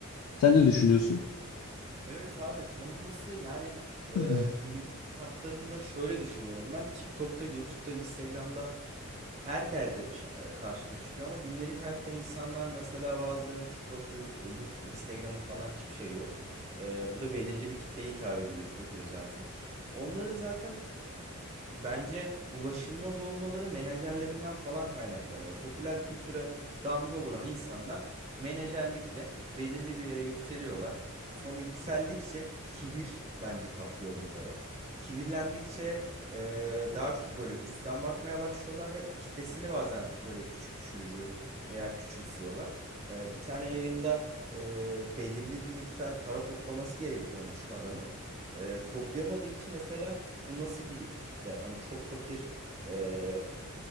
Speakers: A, on the left (about 85°); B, on the right (about 30°).
A: Sen ne düşünüyorsun?
B: Evet abi tanınması yani e,
A: <clears throat>
B: günün şartlarında şöyle düşünüyorum ben TikTok'ta, YouTube'da, Instagram'da her derde ça- e, karşına çıkıyor ama gündelik hayatta insanlar mesela bazılarının TikTok, Yu- e, YouTube, Instagram'ı falan hiçbir şey yok. E, bu da belirli bir kitleye hitap edi- ediyor zaten. Onların zaten Bence ulaşılmaz olmaları menajerlerinden falan kaynaklanıyor. Popüler kültüre damga vuran insanlar menajerlikle belirli bir yere yükseliyorlar. Sonra yükseldikçe kibir bence kaplıyor bunları. Kibirlendikçe e, daha çok böyle üstten bakmaya başlıyorlar ve kitlesini bazen böyle küçük düşürücü veya küçümsüyorlar. E, bir tane yayında e, belirli bir miktar para toplaması gerekiyormuş adamın. E, toplayamadığı için mesela bu nasıl bir kitle? Hani çok fakir e,